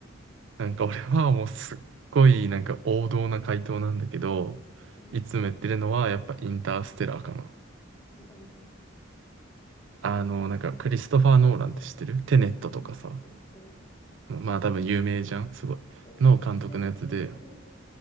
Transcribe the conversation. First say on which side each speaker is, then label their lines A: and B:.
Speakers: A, on the right; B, on the left.
A: なんか俺はもうすっごいなんか王道な回答なんだけど、
B: うん。
A: いつも言ってるのはやっぱインターステラーかな。
B: 見たことない。
A: あの、なんか、クリストファー・ノーランって知ってるテネットとかさ。
B: うん、知ってる知ってる。
A: まあ多分有名じゃんすごい。
B: え、
A: の監督のやつで、
B: SF 系ってこと